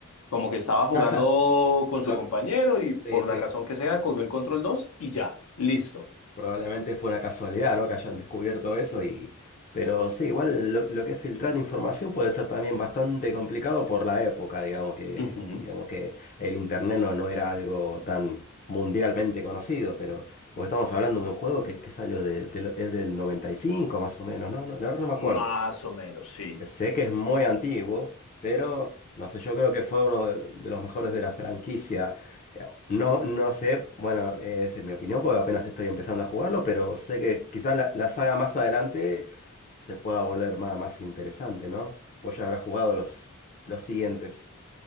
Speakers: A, on the left; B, on the left.
A: Como que estaba jugando
B: <laughs>
A: con
B: Lo,
A: su compañero y por
B: sí, sí,
A: la razón que sea cogió el control 2 y ya, listo.
B: probablemente fue una casualidad, ¿no? Que hayan descubierto eso y... Pero sí, igual lo, lo que es filtrar información puede ser también bastante complicado por la época, digamos que,
A: Ujú.
B: digamos que el internet no, no era algo tan mundialmente conocido, pero porque estamos hablando de un juego que, que salió de, de lo- es del 95 más o menos, ¿no? No, la verdad no me acuerdo.
A: Más o menos, sí.
B: Sé que es muy antiguo, pero no sé, yo creo que fue uno de, de los mejores de la franquicia. Eh, No, no sé, bueno, eh, esa es mi opinión porque apenas estoy empezando a jugarlo, pero sé que quizás la, la saga más adelante se pueda volver más, más interesante, ¿no? Vos ya habrás jugado los, los siguientes.